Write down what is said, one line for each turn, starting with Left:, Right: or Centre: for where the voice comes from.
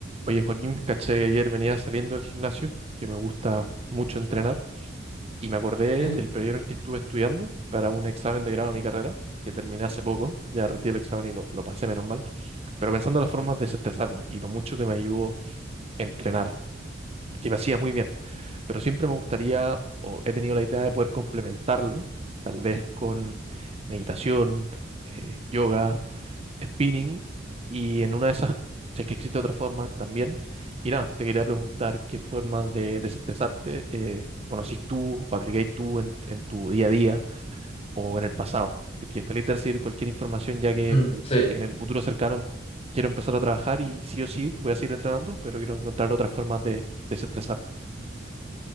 Right: Oye, Joaquín, caché que ayer venía saliendo del gimnasio, que me gusta mucho entrenar, y me acordé
Left: Sí,
Right: del periodo en el que estuve estudiando para un examen de grado de mi carrera, que terminé hace poco, ya rendí el examen y lo, lo pasé menos mal, pero pensando en las formas de desestresarme y lo mucho que me ayudó entrenar, que me hacía muy bien, pero siempre me gustaría, o he tenido la idea de poder complementarlo, tal vez con meditación, eh, yoga spinning y en una de esas, si es que existe otra forma también. Y nada, te quería preguntar qué formas de desestresarte eh, conocís tú o aplicáis tú en, en tu día a día o en el pasado. Porque feliz de recibir cualquier información ya que
Left: Mm, sí.
Right: en el futuro cercano quiero empezar a trabajar y sí o sí voy a seguir entrenando, pero quiero encontrar otras formas de desestresarme.